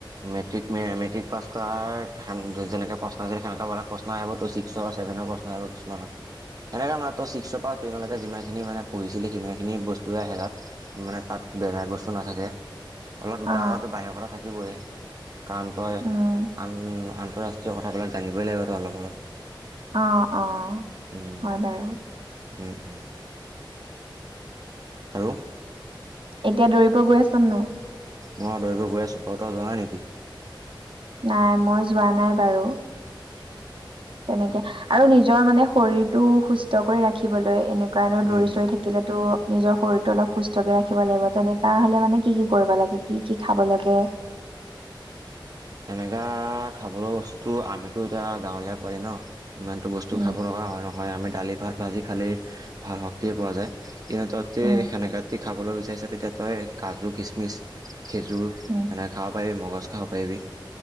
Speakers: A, on the right; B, on the right.
A: মেট্ৰিক মে মেট্ৰিক পাছ কৰাৰ যে যেনেকে প্ৰশ্ন আহিছে, সেনেকা মানত প্ৰশ্ন আহিবতো। ছিক্সৰ, ছেভেন বিভিন্ন প্ৰশ্ন আহিব কিছুমানত সেনেকে মানে তই চ ছিক্সৰ পৰা টেনলৈকে যিমানখিনি মানে পঢ়িছিলি সিমানখিনি বস্তুৱে আহে তাত মানে তাত বেয়া বস্তু নাথাকে। অলপ দুটা
B: অ
A: এজাতো বাহিৰৰ কথা থাকিবই কাৰণ তই আন
B: উম
A: আন- আন্তঃৰাষ্ট্ৰীয় কথাবিলাক জানিবই লাগিব তই অলপ - অলপ
B: অ অ
A: উম,
B: হয় বাৰু-
A: উম উম আৰু
B: এতিয়া দৌৰিব গৈ আছ নাই।
A: মই দৌৰিব গৈ আছোঁ বাৰু তই যোৱা নাই নেকি?
B: নাই মই যোৱা নাই বাৰু।
A: উম- উম
B: তেনেকে আৰু নিজৰ মানে শৰীৰটো সুস্থ কৰি ৰাখিবলৈ এনে- সেইকাৰণেও
A: উম
B: দৌৰি-
A: উম
B: চৌৰি থাকিলেতো নিজৰ শৰীৰতটো অলপ সুস্থকে ৰাখিব লাগিব তেনেকে ত হলে মানে কি কি কৰিব লাগে কি কি খাব লাগে।
A: সেনেকা খাবলৈ বস্তুটো আমিতো এতিয়া গাঁৱলীয়া পোৱালি ন ইমানতো বস্তু
B: উম
A: খাব নাপা অহ, নহয় আমি দালি ভাত ভাজি খালেই ভাল শক্তিয়ে পোৱা যায়। দিন ততে
B: উম
A: সেনেকা দি খাবলৈ বিচাৰিছা তেতিয়া তই কাজু - কিচমিচ খেজুৰ
B: উম
A: সেনেকৈ খাব পাৰিবি, মগজ খাব পাৰিবি।